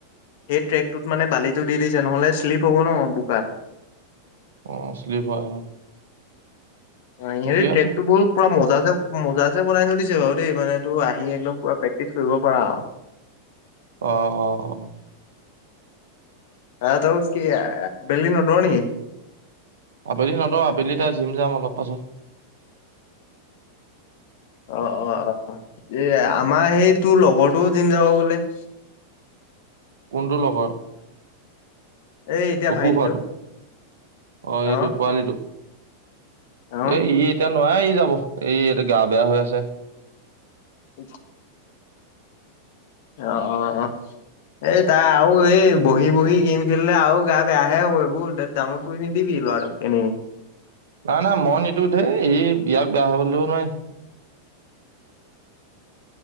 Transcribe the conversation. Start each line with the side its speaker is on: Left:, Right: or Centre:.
Left: সেই ট্ৰেকটোত মানে বালিটো দি দিছে, নহলে শ্লিপ হ'ব ন বোকাত।
Right: অ শ্লিপ হয়।
Left: অ ইহঁতে
Right: ঠিকে
Left: ট্ৰেকটো
Right: আছে।
Left: ব পুৰা ম জাছে মজাছে বনাই থৈ দিছে বাৰু দেই মানে তোৰ আহি একদম পুৰা প্ৰেক্টিচ কৰিব পাৰা আৰু। <inaudible>
Right: অহঁ অহঁ অহঁ।
Left: আহ ত কি আবেলি ন দৌৰ নেকি?
Right: আবেলি নদৌৰো আবেলি এয়া জিম যাম অলপ পাছত।
Left: অ, অ, অ, ' এই আমাৰ সেই তোৰ লগৰটো জিম যাব বোলে। <inaudible>
Right: কোনটো লগৰ।
Left: এই এতিয়া
Right: অসুখ
Left: ভাইটিটো
Right: হোৱাটো অ
Left: অ
Right: এইটো পোৱালিটো।
Left: অ
Right: এ ই এতিয়া নোৱাই ই যাব এই এতি গা বেয়া হৈ আছে।
Left: আ। অ অ অ, এই তাই আৰু এই বহি বহি গেম খেলিলে আৰু গা বেয়াহে হ'ব বল ডাউনলোড কৰি নিদিবি লৰাটোক কেনে
Right: নাই নাই মই নিদো ধেই ই ইয়াক বেয়া হবলেও নায়।